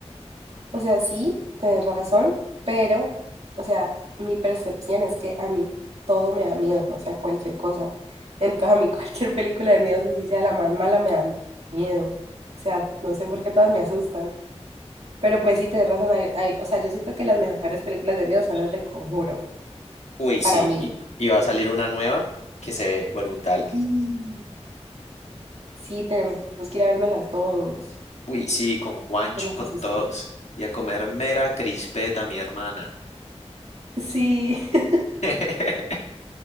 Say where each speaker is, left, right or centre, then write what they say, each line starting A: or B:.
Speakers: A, on the right; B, on the left.
A: O sea, sí, tienes razón, pero, o sea, mi percepción es que a mí todo me da miedo, o sea, cualquier cosa. Entonces, a mí <laughs> cualquier película de miedo, así sea la más mala, me da miedo. O sea, no sé por qué todas me asustan. Pero pues sí, tienes razón. hay- hay- o sea, yo siento que las mejores películas de miedo son las del Conjuro,
B: Uy,
A: para
B: sí,
A: mí.
B: y, y va a salir una nueva que se ve brutal.
A: Y sí, tenemos que ir a vernoslas todos.
B: Uy, sí, con Juanchi,
A: Que nos
B: con
A: asusten.
B: todos. Y a comer mera crispeta, mi hermana.
A: Sí. <laughs>
B: <laughs>